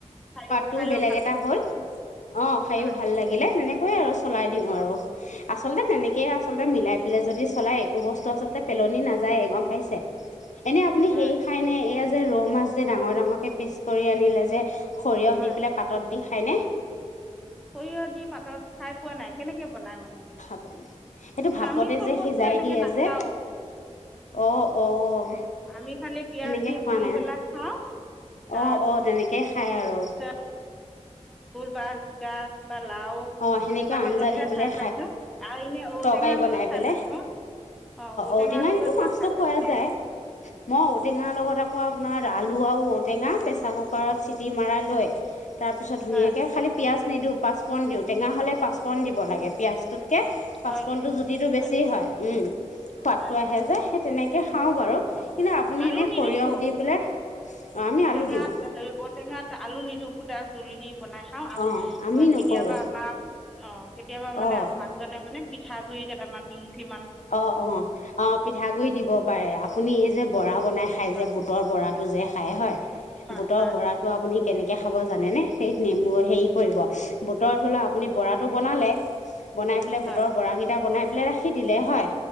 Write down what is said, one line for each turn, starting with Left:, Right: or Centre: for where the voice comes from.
Centre: <unintelligible>
Left: টো বেলেগ এটা
Centre: লাগে
Left: হ'ল অ, খাইও
Centre: হয়
Left: ভাল লাগিলে তেনেকৈয়ে আৰু চলাই দিওঁ
Centre: হয়
Left: আৰু। আচলতে তেনেকেই আচলতে মিলাই পেলাই যদি চলাই একো বস্তু আচলতে পেলনি নাযায় গম পাইছে? এনে
Centre: হয়
Left: আপুনি
Centre: হয়
Left: সেই খাই নে এয়া যে ৰৌ মাছ যে ডাঙৰ-ডাঙৰকে পিচ কৰি আনিলে যে সৰিয়হ
Centre: হয়
Left: দি পেলাই পাতত দি খাইনে?
Centre: সৰিয়হ দি পাতত খাই পোৱা নাই কেনেকে বনাই মানে
Left: ভাপ সেইটো ভাপতে
Centre: আমি চব
Left: যে
Centre: বস্তু
Left: সিজাই
Centre: এনেকে
Left: দিয়ে
Centre: না
Left: যে
Centre: খাওঁ।
Left: অ', অ',
Centre: আমি খালি পিয়াজ
Left: সেনেকে
Centre: দি
Left: খোৱা
Centre: বুনি
Left: নাই
Centre: পেলাই খাওঁ <unintelligible>
Left: অ অ তেনেকে খায় আৰু।
Centre: <unintelligible> বা জিকা বা লাও
Left: অ সেনেকে
Centre: সেনেকুৱা লগতহে
Left: আঞ্জা দি পেলাই
Centre: খাই পাইছো আৰু এনে ঔটেঙাৰ
Left: তৰকাৰী বনাই
Centre: লগত খাই
Left: পেলাই
Centre: পাইছো। অ, ঔটেঙাৰ
Left: ঔটেঙা
Centre: লগত
Left: দিলো মাছটো
Centre: বা খাই
Left: খোৱা
Centre: পাইছো।
Left: যায় মই ঔটেঙাৰ লগত আকৌ আপোনাৰ আলু আৰু ঔ টেঙা প্ৰেছাৰ কুকাৰত চিটি মৰাই লৈ তাৰপিছত ধুনীয়াকে
Centre: হয়
Left: খালী পিয়াজ নিদিওঁ পাঁচপূৰণ দিওঁ টেঙা হ'লে পাঁচপূৰণ দিব লাগে পিয়াজটোতকে
Centre: হয়
Left: পাঁচপূৰনটোৰ
Centre: নেকি
Left: জুতিটো বেছি
Centre: নেকি
Left: হয় উম, সোৱাদটো
Centre: হয় নেকি
Left: আহে যে
Centre: অঁ
Left: সেই তেনেকে খাওঁ বাৰু
Centre: অঁ
Left: কিন্তু আপুনি
Centre: আলু
Left: এনে
Centre: নিদিওঁ
Left: সৰিয়হ দি পেলাই অঁ আমি আলু
Centre: টেঙাত
Left: দিওঁ
Centre: এ হেৰী ঔ টেঙাত আলু নিদিওঁ সুধা জোল দি বনাই খাওঁ আৰু
Left: অঁ
Centre: <unintelligible>
Left: আমি নকৰোঁ
Centre: কেতিয়াবা আমাৰ অ, কেতিয়াবা মানে
Left: অঁ
Centre: আম মানুহজনে মানে পিঠা গুৰি কেইটামান দুইমুঠিমান
Left: অ', অ', অ', পিঠাগুৰি দিব পাৰে আপুনি এই যে বৰা বনাই খাই
Centre: হয়
Left: যে বুট বুটৰ বৰাটো যে খায় হয়
Centre: হয়
Left: বুটৰ
Centre: হয়
Left: বৰাটো আপুনি কেনেকে খাব জানেনে সেইত নেমু হেৰি কৰিব বুটৰ ধৰি লও আপুনি বৰাটো বনালে বনাই পেলাই
Centre: হয়
Left: বুটৰ বৰাকেইটা বনাই পেলাই ৰাখি দিলে হয়